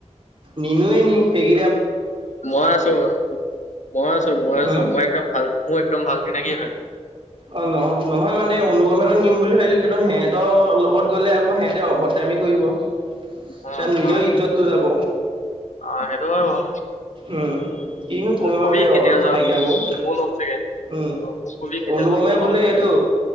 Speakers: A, on the right; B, on the left.
A: নিনোৱে নি সেইক
B: মই আছো মই আছো মই আছো
A: হম
B: মই একদম ভাল মোৰ একদম ভাল চিনাকি হয়
A: অ নহ নহয় মানে অনুপমহঁ নিম বুলি ভাবিলো কিন্তু সিহঁতৰ লগত গ'লে আকৌ সিহঁতে অভদ দামি কৰিব কাৰাত
B: অ
A: নিজৰ
B: অ
A: ইজ্জতটো যাব
B: অ সেইটো হয় বাৰু
A: উম কিনো
B: মোক
A: কম
B: কবি
A: আৰু এই
B: কেতিয়া
A: অৰ্থ
B: যাৱ
A: নাইকিয়াবোৰ
B: ময়ো ল'ম চাগে
A: উম
B: অ মোক কবি কেতিয়া
A: অনুপমে
B: যাৱ ময়ো ল'ম
A: বোলে এইটো